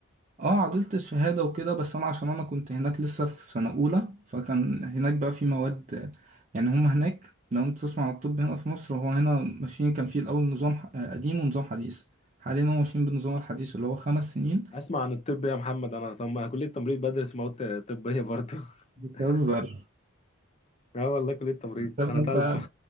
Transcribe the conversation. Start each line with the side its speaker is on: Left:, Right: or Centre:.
Right: اه عدلت الشهادة وكده بس انا عشان انا كنت هناك لسه في سنة اولى فكان هناك بقى في مواد يعني هما هناك لو انت تسمع عن الطب هنا في مصر هو هنا ماشيين كان في الاول نظام ح- آه، قديم ونظام حديث حاليا هو ماشيين بالنظام الحديث اللي هو خمس سنين
Left: اسمع عن الطب يا محمد انا طب كليه تمريض بدرس مواد طبيه برضه <laughs>
Right: وبتهزر
Left: اه والله كلية تمريض
Right: طب
Left: سنة
Right: ما انت
Left: تالتة